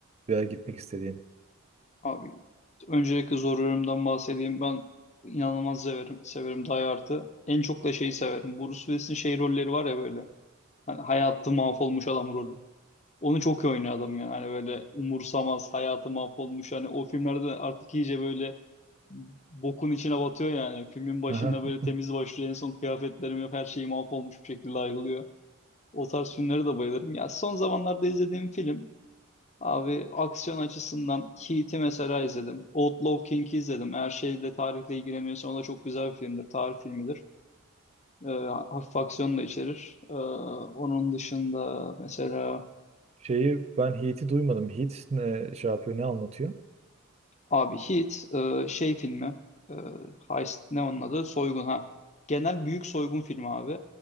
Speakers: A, on the right (about 30°); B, on the left (about 30°).
A: veya gitmek istediğin?
B: Abi öncelikle Zor Ölüm'den bahsedeyim ben inanılmaz severim severim Die Hard'ı. En çok da şeyi severim Bruce Willis'in şey rolleri var ya böyle hani hayatı mahvolmuş adam rolü. Onu çok iyi oynuyor adam ya. hani böyle umursamaz hayatı mahvolmuş hani o filmlerde artık iyice böyle bokun içine batıyor yani. Filmin başında
A: Aha.
B: böyle temiz başlıyor. En son kıyafetlerim yok. Her şeyi mahvolmuş bir şekilde ayrılıyor. O tarz filmlere de bayılırım. Ya son zamanlarda izlediğim film abi aksiyon açısından Heat'i mesela izledim. Outlaw King'i izledim. Eğer şeyde tarihle ilgileniyorsan o da çok güzel bir filmdir. Tarih filmidir. Ee, hafif aksiyon da içerir. Ee, onun dışında mesela
A: Şeyi ben Heat'i duymadım. Heat ne şey yapıyor, ne anlatıyor?
B: Abi Heat e, şey filmi e, Heist ne onun adı? Soygun ha. Genel büyük soygun filmi abi.